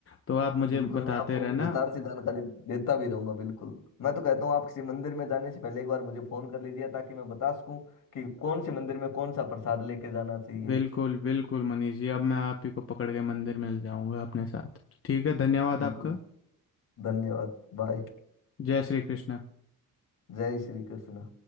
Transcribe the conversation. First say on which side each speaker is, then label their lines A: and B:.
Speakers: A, on the left (about 40°); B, on the left (about 60°).
A: तो आप मुझे
B: बिल्कुल
A: बताते
B: मैं आपको
A: रहना
B: विस्तार से जानकारी देता भी रहूंगा बिल्कुल मैं तो कहता हूँ आप किसी मंदिर में जाने से पहले एक बार मुझे फोन कर लीजिए ताकि मैं बता सकूं कि कौन से मंदिर में कौन सा प्रसाद लेके जाना चाहिए
A: बिल्कुल बिल्कुल मनीष जी अब मैं आप ही को पकड़ के मंदिर में ले जाऊँगा अपने साथ ठीक है धन्यवाद
B: बिल्कुल
A: आपका
B: धन्यवाद बाय
A: जय श्री कृष्ण
B: जय श्री कृष्ण